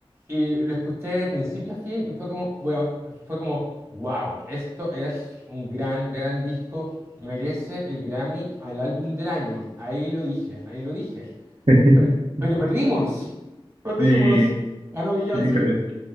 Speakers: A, on the right; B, on the right.
A: y lo escuché de principio a fin y fue como, bueno, fue como, wow, esto es un gran, gran disco merece el Grammy al álbum del año. Ahí lo dije, ahí lo dije.
B: <laughs>
A: Pero, per- pero perdimos. Perdimos.
B: Sí,
A: Ganó Beyoncé
B: híjole.